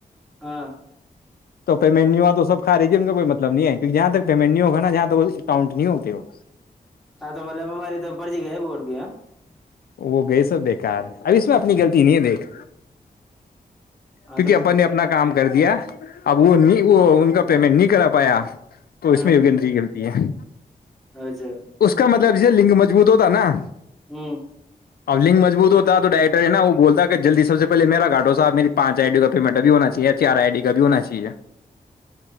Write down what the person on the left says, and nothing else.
تو مینیو آ تو سب کھ رہی گ کو مطلب نہیں ہے کیکہ جہاں تک پیمنٹ نہیں ہوگ نا جہاں تک وہ اکاؤنٹ نہیں ہوتے وہ
وہ گئے سب بےیکار اب اس میں اپنی غلطی نہیں ہے دیکھ
کیونکہ
اپن نے اپنا کام کر دیا اب وہ نہیں وہ ان کا پیمنٹ نہیں کرا پایا تو
اس میں یوگیندری گلتی ہے
اس کا مطلب یہ لنگ مضبوط تو تھا نا
النگ مجبوت ہوتا تو ڈائرٹر ہے نا وہ بولتا جلدیب سے پہ ما گاڈواحبیری پانچ آئی ڈی کا پیمنٹ بھی ہونا چاہیے چار آئی ڈی کا بھی ہونا چاہیے